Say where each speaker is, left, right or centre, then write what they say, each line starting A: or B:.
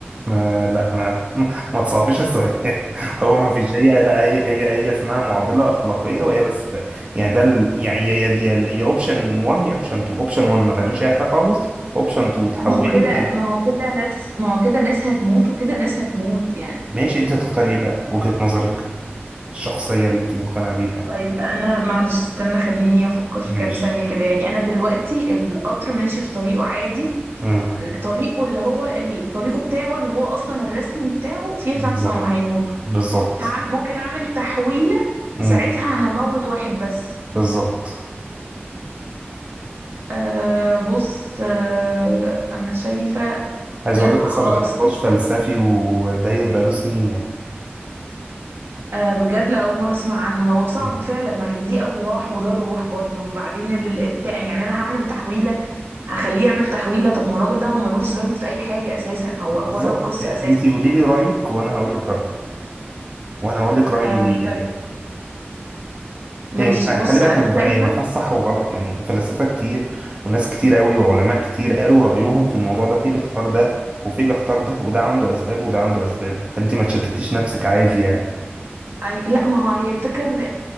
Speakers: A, on the right (about 30°); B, on the right (about 65°).
A: ما لا ما <laughs> ما تصعبيش السؤال <laughs> هو ما فيش هي لا هي هي هي اسمها معضله اخلاقيه وهي بس ب... يعني ده ال... يعني يا يا يا يا اوبشن 1 يا اوبشن 2 اوبشن 1 ما تعمليش اي حاجه خالص اوبشن 2 تحولي
B: ما هو كده
A: وت...
B: ما هو كده ناس ما هو كده ناس هتموت وكده ناس هتموت يعني
A: ماشي انت تختاري ايه بقى وجهه نظرك الشخصيه اللي انت مقتنعه بيها
B: طيب انا معلش استنى خليني افكر
A: ماشي
B: كام ثانية كده يعني انا دلوقتي القطر ماشي في طريقه عادي
A: امم
B: طريقه اللي هو ال- طريقه بتاعه اللي هو اصلا الرسمي بتاعه فيه
A: بالظبط
B: خمسة هيموتوا
A: بالظبط
B: هعم... ممكن اعمل تحويلة
A: امم
B: ساعتها هموت واحد بس
A: بالظبط
B: أه بص أه انا شايفة
A: عايز
B: لا
A: اقول لك اصلا
B: خلاص
A: ده نقاش فلسفي وداير بقاله سنين يعني
B: أه بجد لأول مرة اسمع عنه هو صعب
A: مم.
B: فعلا ما دي ارواح وده روح برضو وبعدين ال- التا... يعني انا هعمل تحويلة هخليه يعمل تحويلة طب ما هو الراجل ده هو ملوش ذنب في اي حاجة اساسا هو
A: بالظبط
B: بره القصة
A: انت
B: اساسا
A: قولي لي رايك وانا هقول لك رايي وانا هقول لك رايي
B: آه
A: ليه
B: طيب
A: يعني
B: ماشي
A: هي مش
B: بص
A: خلي بالك
B: انا
A: هي ما في-
B: شايفه
A: هي ما فيهاش صح وغلط يعني فلاسفه كتير وناس كتير قوي وعلماء كتير قالوا رايهم في الموضوع ده في اللي اختار ده وفي اللي اختار ده وده عنده اسباب وده عنده اسباب فانت ما تشتتيش نفسك عادي يعني
B: أي... لا ما هو هي الفكره ان